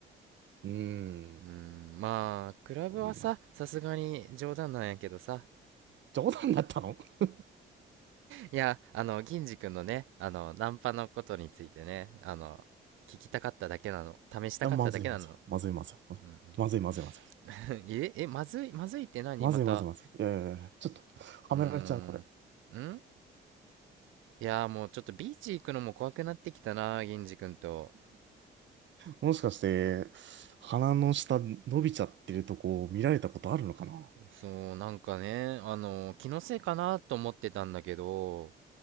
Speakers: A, on the right (about 65°); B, on the right (about 85°).
A: うーん
B: ううん、まあ、クラブはさ、
A: こんな
B: さすがに冗談なんやけどさ。
A: 冗談だったのい
B: いや、あの、銀次くんのね、あの、ナンパのことについてね、あの、聞きたかっただけなの。試したかっただけなの。
A: やまずいまずいまずいまずいまずいまずいまずいまずい
B: うんうん <laughs> え、え、まずい、まずいって何また。
A: まずいまずいまずい。いやいやいや、ちょっと、はめられちゃう、
B: うーん。
A: これ。
B: んいやーもうちょっとビーチ行くのも怖くなってきたな、銀次くんと。
A: もしかして、鼻の下伸びちゃってるとこを見られたことあるのかな
B: そう、なんかね、あの、気のせいかなと思ってたんだけど、